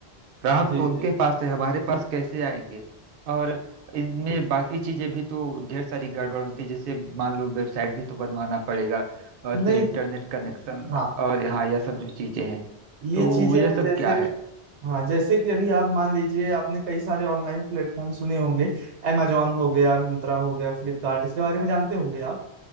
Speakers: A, on the right (about 60°); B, on the right (about 85°).
A: ग्राहक
B: जी
A: तो उनके
B: जी
A: पास है हमारे पास कैसे आएंगे और इनमें बाकी चीजें भी तो ढेर सारी गड़बड़ होती है जैसे मान लो वेबसाइट भी तो बनवाना पड़ेगा और
B: नहीं
A: फिर इंटरनेट कनेक्शन
B: हाँ
A: और हाँ यह सब जो चीजें हैं
B: ये
A: तो
B: चीजें
A: यह
B: हैं
A: सब
B: जैसे
A: क्या है
B: हाँ जैसे कि अभी आप मान लीजिए आपने कई सारे ऑनलाइन प्लेटफॉर्म सुने होंगे amazon हो गया मिंत्रा हो गया फ्लिपकार्ट इसके बारे में जानते होंगे आप